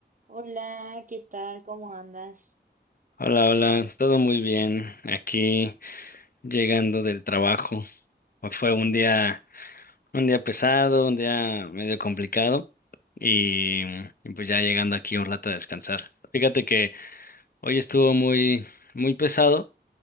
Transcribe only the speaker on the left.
Hola, hola, todo muy bien. Aquí llegando del trabajo. Fue un día, un día pesado, un día medio complicado y, y pues ya llegando aquí un rato a descansar. Fíjate que hoy estuvo muy, muy pesado.